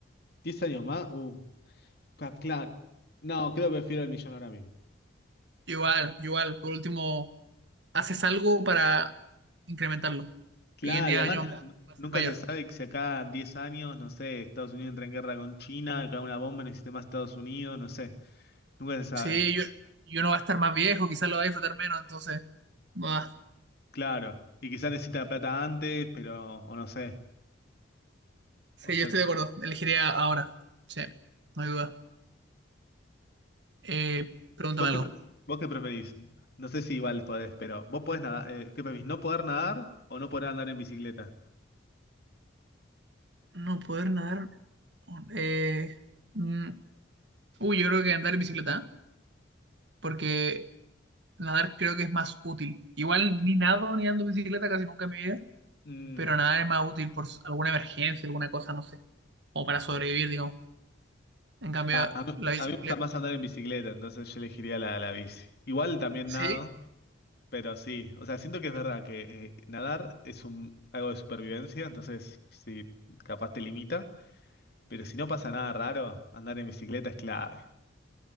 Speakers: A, on the left; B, on the right.
A: diez años más? Uh, ca- claro. No, creo que prefiero el millón ahora mismo.
B: Igual, igual. Por último, haces algo para incrementarlo.
A: Claro,
B: Y en 10
A: y además
B: años va
A: n-
B: a
A: nunca
B: ser mayor.
A: se sabe que si acá 10 años, no sé, Estados Unidos entra en guerra con China, cae una bomba en el sistema de Estados Unidos, no sé, nunca se sabe.
B: Sí, yo, y uno va a estar más viejo, quizás lo va a disfrutar menos, entonces. Bah,
A: Claro, y quizás necesita la plata antes, pero, o no sé.
B: sí,
A: O sea,
B: yo estoy de acuerdo. Elegiría ahora. Sí, no hay duda. Eh, pregúntame
A: ¿vos
B: algo.
A: qué, pre- vos qué preferís? No sé si igual podés, pero vos podés nadar, eh, ¿qué preferís? ¿No poder nadar o no poder andar en bicicleta?
B: No poder nadar. Eh, mm, uy, yo creo que andar en bicicleta, ¿eh? porque nadar creo que es más útil. Igual ni nado ni ando en bicicleta casi nunca en mi vida,
A: Mm,
B: pero nadar es más útil por s- alguna emergencia, alguna cosa, no sé. O para sobrevivir, digamos. En cambio,
A: nah, a mí,
B: la bicicleta.
A: a mí me gusta más andar en bicicleta, entonces yo elegiría la, la bici. Igual también
B: Sí,
A: nado. Pero sí, o sea, siento que es verdad que eh, nadar es un, algo de supervivencia, entonces sí, capaz te limita, pero si no pasa nada raro, andar en bicicleta es clave.